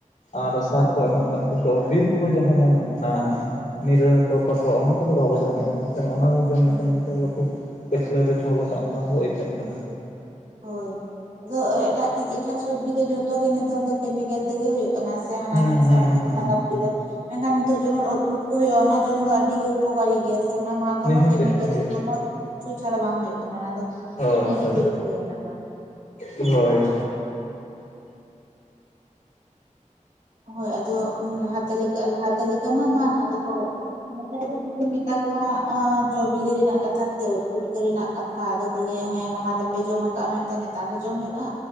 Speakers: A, on the left; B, on the right.
A: ᱟᱨ
B: ᱦᱳᱭ
A: ᱥᱟᱨ ᱠᱚ ᱮᱢᱚᱜ ᱠᱟᱱᱟ ᱠᱤᱱᱛᱩ ᱵᱤᱨ-ᱵᱩᱨᱩ ᱨᱮ ᱡᱟᱦᱟᱸ ᱧᱟᱢᱚᱜ ᱠᱟᱱᱟ᱾ ᱱᱤᱨᱟᱹ ᱠᱚᱲ ᱯᱟᱠᱚᱲ ᱚᱱᱟ ᱠᱚᱫᱚ ᱵᱟᱵᱚ ᱡᱚᱢᱮᱜ-ᱟ ᱢᱤᱫᱴᱟᱝ ᱚᱱᱟ ᱡᱚᱢ
B: ᱦᱩᱸ
A: ᱞᱮᱠᱟ ᱧᱮᱞᱛᱮ
B: ᱦᱩᱸ
A: ᱩᱱᱠᱩ ᱯᱟᱹᱪᱷᱞᱟᱹ ᱨᱤᱱ ᱦᱚᱲ ᱞᱮᱠᱟ ᱚᱱᱠᱟ ᱦᱚᱸᱵᱚ ᱟᱹᱭᱠᱟᱹᱜ ᱠᱟᱱᱟ᱾
B: ᱦᱳᱭ, ᱟᱫᱚ ᱮᱴᱟᱜ ᱮᱴᱟᱜ ᱥᱚᱵᱽᱡᱤ ᱫᱚ ᱡᱷᱚᱛᱚ ᱜᱮ ᱱᱮᱛᱟᱨ ᱫᱚ ᱠᱮᱢᱤᱠᱮᱞ ᱛᱮᱜᱮ ᱦᱳᱭᱳᱜ ᱠᱟᱱᱟ᱾ ᱥᱮ ᱦᱟᱱᱟ
A: ᱦᱩᱸ
B: ᱱᱤᱭᱟᱹ
A: ᱦᱩᱸ
B: ᱥᱟᱨ ᱛᱮᱠᱚ
A: ᱦᱩᱸ
B: ᱦᱟᱨᱟ ᱵᱩᱨᱩᱭᱮᱫᱟ᱾ ᱢᱮᱱᱠᱷᱟᱱ ᱱᱤᱛᱚᱜ ᱡᱮᱢᱚᱱ ᱩᱫ ᱯᱩᱴᱠᱳ ᱦᱳᱭᱳᱜ-ᱟ, ᱚᱱᱟ ᱡᱚᱢ ᱫᱚ ᱟᱰᱤ ᱜᱮ ᱩᱯᱚᱠᱟᱨᱤ ᱜᱮᱭᱟ᱾ ᱚᱱᱟ ᱢᱟ ᱠᱚᱱᱚ
A: ᱱᱤᱦᱟᱹᱛᱤ
B: ᱠᱮᱢᱤᱠᱮᱞ
A: ᱱᱤᱦᱟᱹᱛᱤ
B: ᱠᱚᱱᱚ ᱠᱤᱪᱪᱷᱩ ᱪᱷᱟᱲᱟ ᱵᱟᱝ ᱦᱳᱭᱳᱜ ᱠᱟᱱᱟ ᱚᱱᱟ ᱫᱚ
A: ᱦᱳᱭ
B: ᱟᱹᱰᱤ
A: ᱦᱳᱭ
B: ᱵᱮᱥ᱾ <unintelligible>
A: ᱦᱳᱭ᱾
B: ᱦᱳᱭ, ᱟᱫᱚ ᱞᱟᱦᱟᱛᱮ ᱞᱮᱠᱟ ᱞᱟᱦᱟᱛᱮ ᱞᱮᱠᱟ ᱢᱟ ᱵᱟᱝ ᱟᱫᱚ ᱠᱚ ᱱᱮᱛᱟᱨ ᱫᱚ ᱡᱩᱫᱤᱧ ᱢᱮᱛᱟ ᱠᱚᱣᱟ ᱟᱸ ᱡᱚ ᱵᱤᱞᱤ ᱨᱮᱱᱟᱜ ᱠᱟᱛᱷᱟ ᱥᱮ ᱩᱫ ᱯᱩᱴᱠᱟᱹ ᱨᱮᱱᱟᱜ ᱠᱟᱛᱷᱟ ᱟᱫᱚ ᱠᱚ ᱞᱟᱹᱭᱟ ᱦᱮᱸ ᱞᱟᱦᱟ ᱛᱮᱯᱮ ᱡᱚᱢ ᱟᱠᱟᱜ-ᱟ ᱢᱮᱱᱛᱮ ᱱᱮᱛᱟᱨ ᱦᱚᱸ ᱡᱚᱢ ᱦᱳᱭᱳᱜ-ᱟ᱾